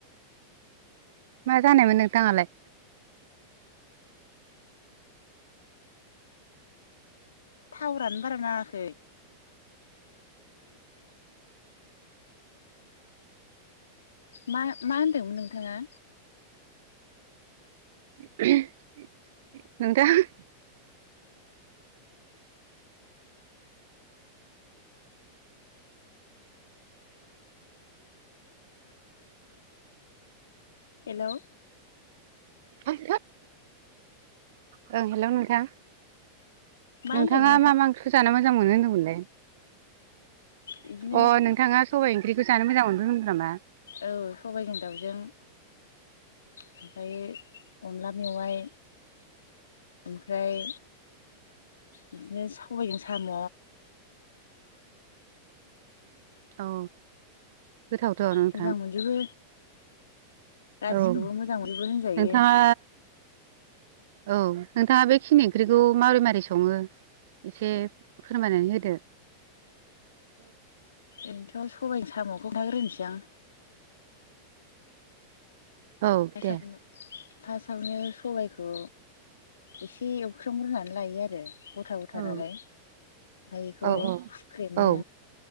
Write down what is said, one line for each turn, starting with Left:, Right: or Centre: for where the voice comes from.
Right: मा जानायमोन नोंथाङालाय?
Left: टावारानो बारा नाङाखै। मा - मा होन्दोंमोन नोंथाङा।
Right: <unintelligible> नोंथाङा।
Left: हेल'।
Right: ओं हेल' नोंथां।
Left: मा
Right: नोंथाङा
Left: होनदोंमोन
Right: मा - मा ओंख्रिखौ जानो मोजां मोनो होनदोंमोनलाय?
Left: बिदिनो
Right: अ नोंथाङा सबाय ओंख्रिखौ जानो मोजां मोनदों होनदों नामा?
Left: औ सबायजों दाउजों ओमफ्राय अनला मेवाइ ओमफ्राय बिदिनो सबायजों साम'
Right: औ गोथावथ नोंथां।
Left: मोजां मोनजोबो गासिखौबो
Right: औ
Left: मोजां मोनजोबो होनजायो
Right: नोंथाङा औ नोंथाङा बेखिनि ओंख्रिखौ माबोरै माबारै सङो एसे फोरमायनानै होदो। उ
Left: ओरैनोथ' सबाय जों साम'खौ खोनथाग्रोनोसै आं।
Right: औ
Left: <unintelligible>
Right: दे
Left: फार्स्टआवनो सबायखौ एसे एवख्रोमग्रोनानै लायो आरो। गथा गथा
Right: औ
Left: नालाय ओमफ्राय एखौ
Right: औ औ
Left: हुख्रेमो।
Right: औ